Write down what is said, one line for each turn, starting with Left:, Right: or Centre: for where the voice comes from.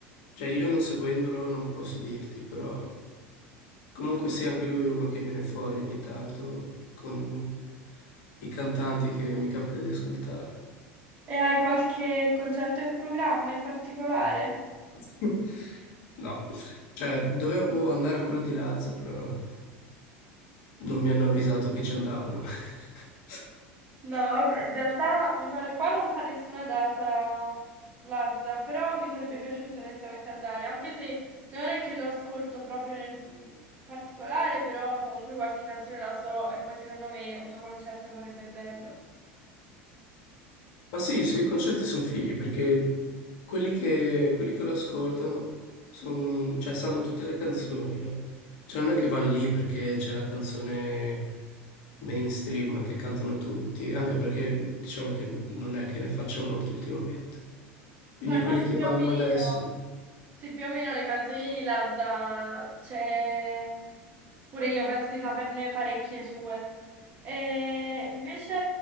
Left: Cioè, io non seguendolo non posso dirti, però... Comunque sì, anche lui è uno che viene fuori ogni tanto con i cantanti che mi capita di ascoltare.
Right: E hai qualche concerto in programma in particolare?
Left: <laughs> No, cioè dovevo andare a quello di Lazza, però non mi hanno avvisato che ci andavano. <laughs>
Right: No, vabbè, in realtà mi pare qua non fa nessuna data Lazza, però mi sarebbe piaciuto onestamente andare, anche se non è che lo ascolto proprio nel particolare, però comunque qualche canzone la so e poi secondo me un suo concerto sarebbe bello.
Left: Ma sì, i suoi concerti sono fighi perché quelli che, quelli che lo ascoltano son- cioè, sanno tutte le canzoni, no? Cioè non è che vanno lì perché c'è la canzone mainstream che cantano tutti, anche perché diciamo che non è che ne faccia molto ultimamente. Quindi
Right: No, infatti
Left: quelli che
Right: più
Left: vanno
Right: o meno,
Left: adesso,
Right: sì, più o meno le canzoni di Lazza c'è Pure io penso di saperne parecchie sue. E invece